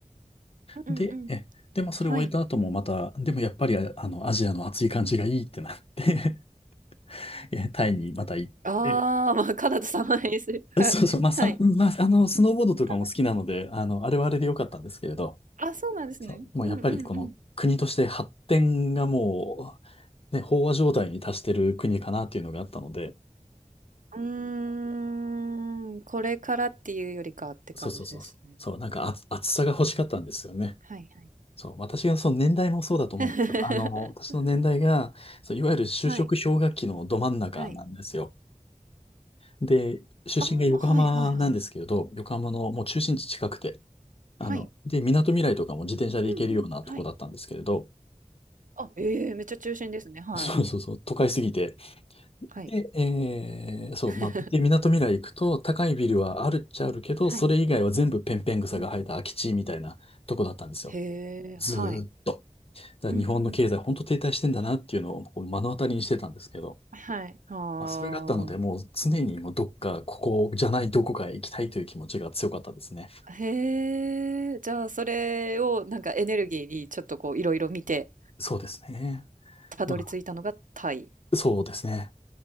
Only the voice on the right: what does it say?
うんうんうん。
はい。
ああ、まあ、カナダ様にする。<laughs> はい。
はい。
多分
あ、そうなんですね。
うんうんうん。
うーん、これからっていうよりかって感じですね。
うん。はいはい。
<laughs>
はい、はい。
ああ、はいはいはい。
はい。
うんうん、はい。あ、ええ、めっちゃ中心ですね。
はい。
はい。
<laughs>
はい。
うんうん。へえ、
はい。
うんうんうん。
はい。あ
あ。へえ、じゃあそれをなんかエネルギーにちょっとこういろいろ見て、
たどり着いたのがタイ。